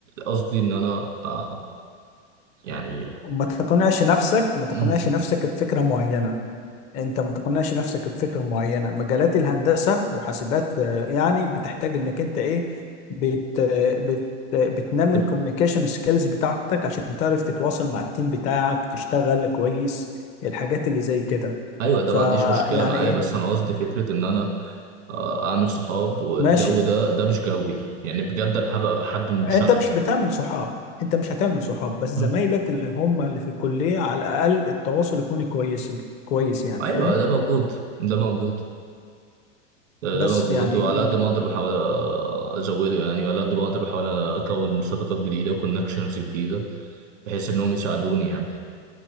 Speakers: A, on the right; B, on the left.
A: قصدي ان انا آه يعني
B: ما تقنعش نفسك ما تقنعش
A: مم.
B: نفسك بفكره معينه انت ما تقنعش نفسك بفكره معينه مجالات الهندسه وحاسبات آه، يعني بتحتاج انك انت ايه بت آه، بت آه، بتنمي
A: طب-
B: الكوميونيكيشن سكيلز بتاعتك عشان تعرف تتواصل مع التيم بتاعك تشتغل كويس الحاجات اللي زي كده
A: ايوه ده
B: فيعني
A: ما عنديش مشكله معاه
B: ايه
A: بس انا قصدي فكره ان انا آه اعمل صحاب والجو
B: ماشي
A: ده ده مش جوي يعني بجد انا هبقى حد مش
B: انت
A: انا
B: مش بتعمل صحاب انت مش هتعمل صحاب بس زمايلك
A: مم.
B: اللي هم اللي في الكلية على الاقل التواصل يكون كويس كويس يعني
A: ايوه
B: فاهم
A: ده موجود ده موجود ده
B: بس
A: موجود
B: يعني
A: وعلى
B: مت...
A: قد ما اقدر بحاول ازوده يعني وعلى قد ما اقدر بحاول اكون صداقات جديده وكونكشنز جديده بحيث انهم يساعدوني يعني